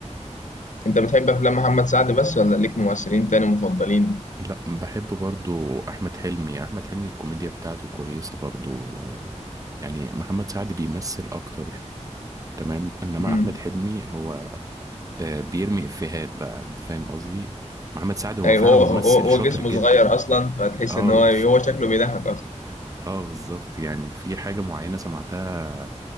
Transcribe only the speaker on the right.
لا بحب برضو احمد حلمي احمد حلمي الكوميديا بتاعته كويسة برضو آه، يعني محمد سعد بيمثل اكتر تمام انما
احمد حلمي هو آه، بيرمي افيهات بقى انت فاهم قصدي محمد سعد هو
فعلا
ممثل
شاطر
جدا
اه
<laughs> اه بالظبط يعني في حاجة معينة سمعتها